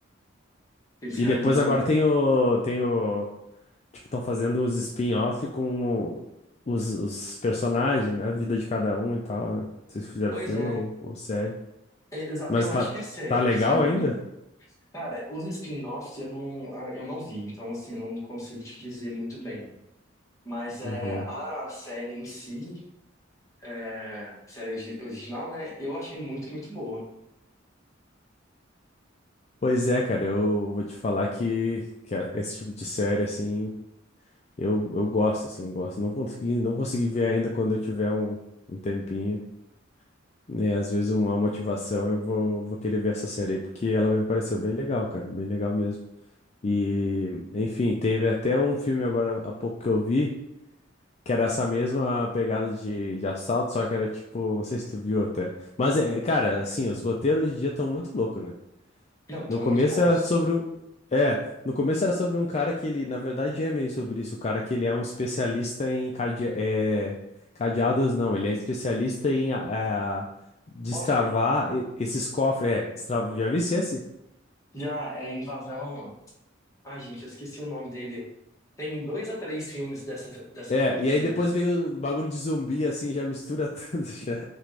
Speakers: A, on the left (about 15°); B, on the left (about 35°).
A: Eles
B: E
A: realizam.
B: depois agora tem o, tem o, tipo, estão fazendo uns spin-off com o- os, os personagens, né? A vida de cada um e tal, né? Vocês fizeram
A: Pois
B: filme
A: é.
B: ou, ou série.
A: É, Exato.
B: Mas
A: Eu
B: tá,
A: acho que é série,
B: tá legal
A: se eu não
B: ainda?
A: me engano. Cara, os spin-offs eu não, ah, eu não vi, então assim, eu não consigo te dizer muito bem. Mas
B: Uhum.
A: é, a série em si. é, série origi- original, né? Eu achei muito, muito boa.
B: Pois é, cara, eu vou te falar que, que esse tipo de série, assim, Eu, eu gosto, assim, eu gosto. Não consegui, não consegui ver ainda quando eu tiver um, um tempinho. né às vezes uma motivação eu vou, vou querer ver essa série aí, porque ela me pareceu bem legal, cara, bem legal mesmo. E, enfim, teve até um filme agora há pouco que eu vi, que era essa mesma pegada de, de assalto, só que era tipo, não sei se tu viu até. Mas, é, cara, assim, os roteiros hoje em dia estão muito loucos, né?
A: Não, então
B: No começo
A: muito bons.
B: era sobre um. É, no começo era sobre um cara que ele, na verdade, é meio sobre isso. O cara que ele é um especialista em cade... é, cadeados, não. Ele é especialista em ah, é, destravar
A: Cofre,
B: e- esses cofres. É, destra... já vi esse?
A: já é Invasão. Ai, gente, eu esqueci o nome dele. Tem dois ou três filmes dessa, dessa
B: É,
A: franquia.
B: e aí depois veio o bagulho de zumbi, assim, já mistura <laughs> tudo já.